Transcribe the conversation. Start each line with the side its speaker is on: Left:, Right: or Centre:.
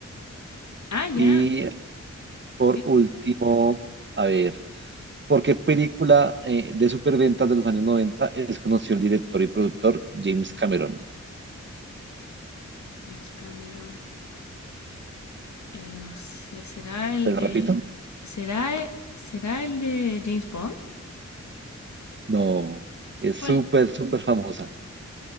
Left: Ah, ya.
Right: Y por
Left: Tiempo
Right: último,
Left: ya.
Right: a ver, ¿por qué película eh, de superventas de los años 90 es conocido el director y productor James Cameron?
Left: James Cameron. Eh, no sé, ¿será el
Right: ¿Te lo
Left: de...
Right: repito?
Left: ¿Será, e- será el de James Bond?
Right: No, es
Left: ¿Cuál?
Right: súper, súper famosa.